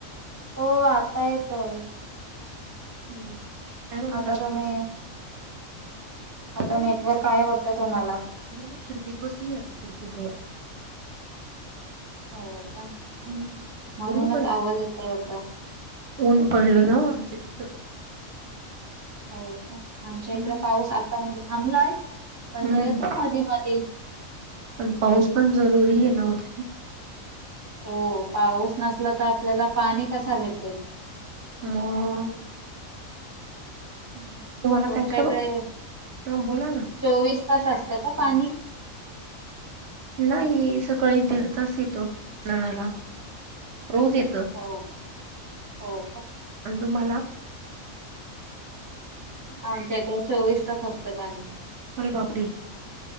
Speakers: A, on the right; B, on the right.
A: हो आता येतोय.
B: हम्म. काय म्हणता
A: आता
B: अजून?
A: तुम्ही आता
B: काय नाही
A: नेटवर्क काय वाटतं तुम्हाला?
B: नाही मी खिडकीत बसली आता खिडकीजवळ.
A: हो का.
B: हम्म
A: म्हणूनच
B: ऊन पड
A: आवाज येतय वाटत.
B: ऊन पडलं ना आमच्या तिथं.
A: हो का. आमच्या इकडे
B: हम्म.
A: पाऊस आता म्हणजे थांबलाय. पण
B: हम्म
A: तो येतो मधी मधी.
B: पण पाऊस पण जरुरी आहे ना. वो भी
A: हो पाऊस नसला तर, आपल्याला पाणी कस भेटेल.
B: मग.
A: ह
B: तुम्हाला
A: तुमच्या
B: काय काय
A: इकडे
B: हा बोला ना.
A: चोवीस तास असत का पाणी?
B: नाही. सकाळी दीड तास येतो नळाला. रोज येत.
A: हो का. हो का.
B: आणि तुम्हाला?
A: आमच्या इकडे चोवीस तास असतं पाणी.
B: अरे बापरी.